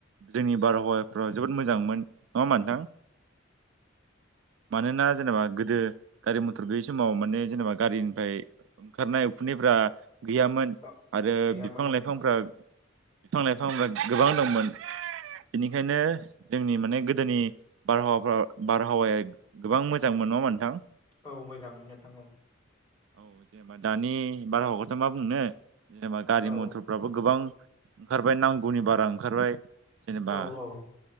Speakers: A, on the right; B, on the left.
A: जोंनि बारहावाफ्राव जोबोद मोजांमोन नङा होमबा नोंथां? मानोना जेनेबा गोदो गारि मथर थर गैयै समाव माने जेनेबा गारिनिफ्राय ओंखारनाय उखुनदैफ्रा गैयामोन
B: औ
A: आरो
B: गैयामोन
A: बिफां
B: ओं
A: लाइफांफ्रा बिफां-लाइफांफ्रा गोबां दंमोन। बेनिखायनो जोंनि माने गोदोनि बारहावाफ्रा बारहावाया गोबां मोजां मोन नङा होमब्ला नोंथां?
B: औ मोजां मोन नोंथां औ।
A: औ जेनेबा दानि बारहावखौथ' मा बुंनो जेनेबा गारि
B: औ
A: मथरफ्राबो गोबां ओंखारबाय नांगौनि बारा ओंखारबाय जेनेबा
B: औ औ